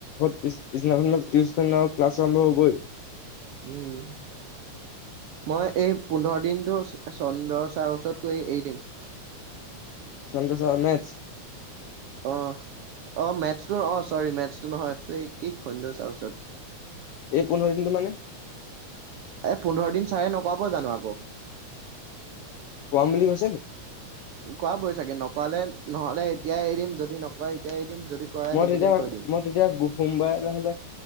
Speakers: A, on the left; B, on the right.
A: পিছদিনা খন টিউচন আৰু ক্লাছ আৰম্ভ হবই
B: উম, মই এই পোন্ধৰ দিনটো চন্দ্ৰ ছাৰৰ ওচৰত গৈ এৰি দিম। <inaudible>
A: চন্দ্ৰ ছাৰৰ মেটচ?
B: অ', অ', মেথছটো অ, চৰি মেথছটো নহয় কি <unintelligible> ছাৰৰ ওচৰত।
A: এই পোন্ধৰ দিনটো মানে?
B: এই পোন্ধৰ দিন ছাৰে নকৰাব জানো আকৌ।
A: পঢ়াম বুলি কৈছে নি
B: কৰাবই চাগে ন'। কৰালে নহ'লে এতিয়াই এৰিম যদি নকয় এতিয়াই এৰি দিম। যদি কৰে
A: মই
B: সেইকেইদিন
A: তেতিয়া
B: কৰি
A: মই তেতিয়া সোমবাৰে নহ'লে,